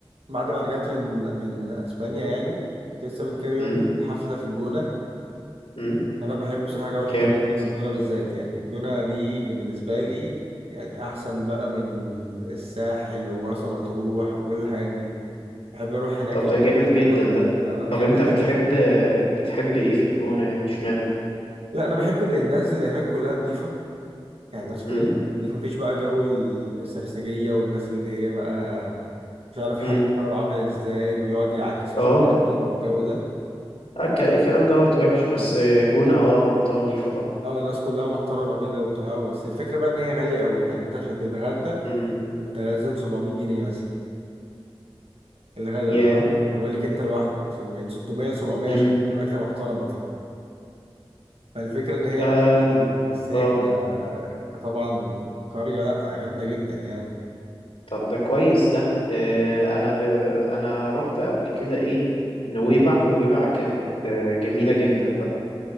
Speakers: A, on the right; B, on the left.
A: بعد ما رجعت من من اسبانيا يعني كنت لسه من كام يوم
B: امم
A: في حفلة في الجونة
B: امم
A: انا بحب بصراحه جو الحفلات
B: جامد
A: في الجونه بالذات يعني الجونه دي بالنسبه لي يعني احسن بقى من الساحل ومرسى مطروح وكل الحاجات دي بحب اروح هناك
B: طب
A: يعني
B: ده جامد
A: آه،
B: جدا ده
A: آه،
B: طب
A: هي
B: انت
A: بس
B: بتحب بتحب ايه في الجونة يعني اشمعنى
A: لا انا بحب اللي الناس اللي هناك كلها نظيفه يعني الناس كلها
B: امم
A: نظيفه مفيش بقى جو السرسجيه والناس اللي هي بقى مش عارف حل
B: امم
A: شعره عامل ازاي ويقعد يعاكس
B: اه
A: مش عارف مين والجو ده
B: الك- الكلام دوت وحش بس الجونة اه منطقة نظيفة طبعا
A: اه الناس كلها محترمه كده وبتاع بس الفكره بقى ان هي غاليه قوي يعني انت عشان تتغدى
B: امم
A: انت لازم 700 جنيه مثلا الغداء
B: يا
A: فاهم؟ هو ليك انت لوحدك في- من 600 ل 700
B: امم
A: عشان تاكل اكله محترمه فالفكره ان هي
B: اه
A: بس غالية. بس هي
B: اه
A: ك... كطبعا قريه لا جامده جدا يعني
B: طب ده كويس ده آه، انا ب... انا رحت قبل كده ايه نويبع نويبع كانت آه، جميلة جدا بقى